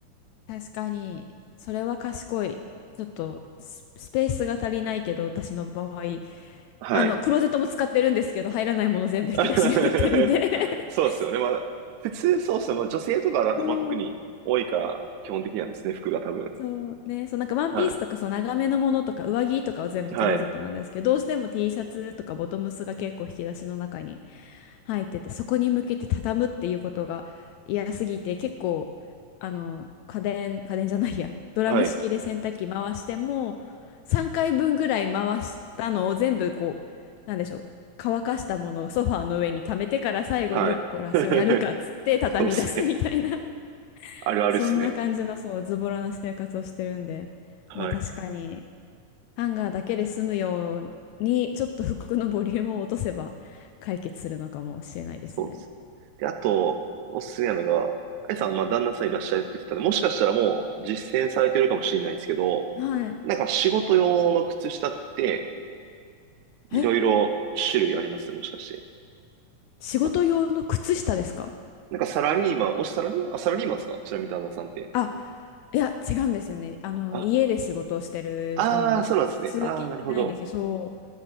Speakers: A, on the left; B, on the right.
A: 確かに、それは賢い。ちょっとス、スペースが足りないけど、私の場合、
B: はい。
A: あの、クローゼットも使ってるんですけど、入らないもの全部引き出しに入ってるんで
B: <laughs>
A: <laughs>
B: そうですよね。まだ、普通そうっすね。まあ、女性とかだと、
A: うん
B: まあ、特に多いから基本的なんですね。服が多分。
A: そうね、そうなんかワンピースとかそう長めのものとか上着とかは全部クローゼットなんですけど、
B: はい。はい。
A: どうしても T シャツとかボトムスが結構引き出しの中に入ってて、そこに向けて畳むっていうことが嫌すぎて、結構あの家電、家電じゃないや、ドラム式で洗濯機回しても3回分ぐらい回したのを全部こう、
B: はい。
A: なんでしょう、乾かしたものをソファーの上に溜めてから最後、
B: はい。
A: よっこらしをやるかっつって畳み出すみたいな
B: <laughs> そうっすね。あるあるっすね。
A: そんな感じの、そう、ズボラな生活をしてるんで、
B: はい。
A: まあ確かに、ハンガーだけで済むように、ちょっと服のボリュームを落とせば解決するのかもしれないですね。
B: そうっす。で、あと、おすすめなのが、あいさん、まあ、旦那さんいらっしゃるって言ってたんで、もしかしたらもう実践されてるかもしれないですけど、
A: はい。
B: なんか仕事用の靴下って、いろいろ種類ありますもしかして。
A: え仕事用の靴下ですか
B: 旦那なんかサラリーマン、もしサラリーマン、あ、サラリーマンですかちなみに旦那さんって。
A: あ、いや、違うんですよね。あの、
B: あ、
A: 家で仕事をしてる人なんです。
B: ああ、そうなんですね。
A: 通勤しないんですよ。
B: ああ、なるほど。
A: そ